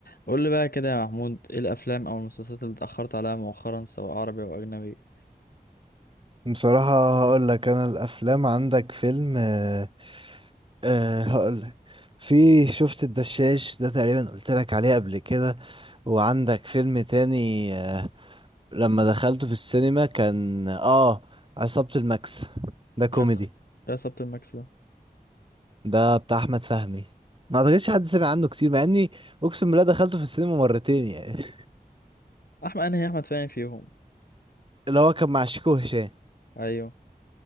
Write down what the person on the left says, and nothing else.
قول لي بقى كده يا محمود ايه الافلام او المسلسلات اللي اتاخرت عليها مؤخرا سواء عربي او اجنبي
يا سب- يا سبت المكس ده
احمد انا هي احمد فاهم فيهم
ايوه